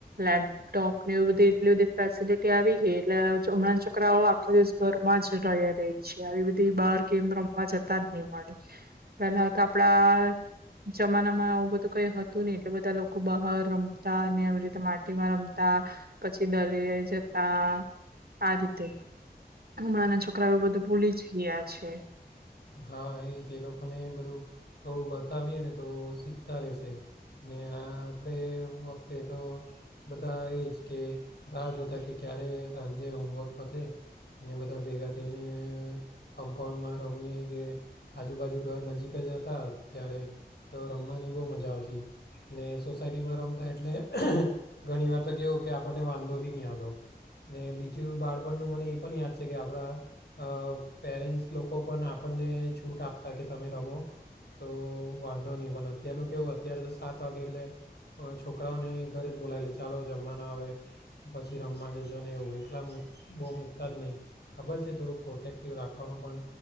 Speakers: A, on the right; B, on the left.
A: લેપટોપ ને એ બધી એટલી બધી ફેસિલિટી આવી ગઈ અહ હમણાંના છોકરાઓ આખો દિવસ ઘરમાં જ રહ્યા રહે છે. આવી બધી બહાર ગેમ રમવા જતા જ નહી મળે. પેલા તો આપડા જમાના માં આવું બધું કઈ <unintelligible> એટલા બધા લોકો બહાર રમતા, ને આવી રીતે માટીમાં રમતા, પછી દરીયે જતા આ રીતે, હમણાંના છોકરાઓ બધું ભૂલી જ ગયા છે.
B: હા એ જ એ લોકોને બધું થોડું બતાવીએ ને તો શીખતા રહેશે. ને આ આપણે વખતે તો બધા એ જ કે રાહ જોતા કે ક્યારે સાંજે હોમવર્ક પતે. ને બધા ભેગા થઈને કમ્પાઉન્ડમાં રમીએ કે આજુબાજુ ઘર નજીક જ હતા. ત્યારે તો રમવાની બહુ મજા આવતી. ને સોસાયટીમાં રમતા એટલે અહ.. અહ.. ઘણી વાર તો કેવું કે આપણને વાંધો બી નહીં આવદો ને બીજું બાળપણનું મને એ પણ યાદ છે, કે આપણા પેરેન્ટ્સ લોકો પણ આપણને છૂટ આપતા, કે તમે રમો તો વાંધો નહીં પણ અત્યારનું કેવું હત અત્યારે તો સાત વાગે એટલે છોકરાઓને ઘરે જ બોલાવી લે ચાલો જમવા, ના આવે પછી રમવા જજો ને એવું એકલા મક બહુ મૂકતા જ નહીં, ખબર છે થોડું પ્રોટેક્ટિવ રાખવાનું પણ